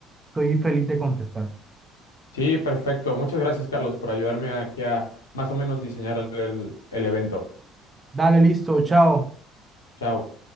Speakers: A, on the right; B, on the left.
A: estoy feliz de contestar.
B: Sí, perfecto. Muchas gracias, Carlos, por ayudarme aquí a más o menos diseñar el el evento.
A: Dale, listo, chao.
B: Chao.